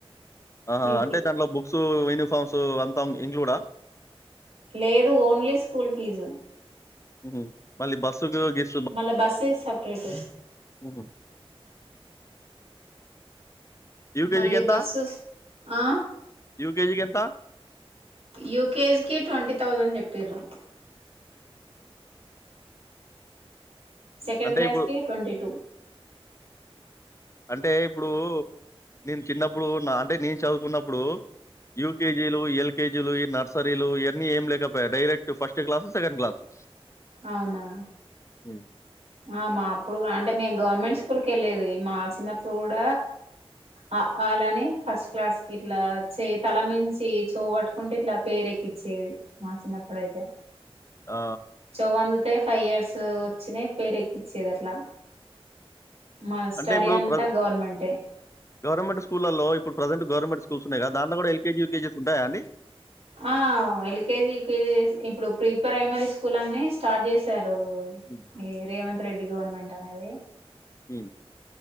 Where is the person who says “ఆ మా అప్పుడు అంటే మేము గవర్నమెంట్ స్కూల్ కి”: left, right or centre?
Right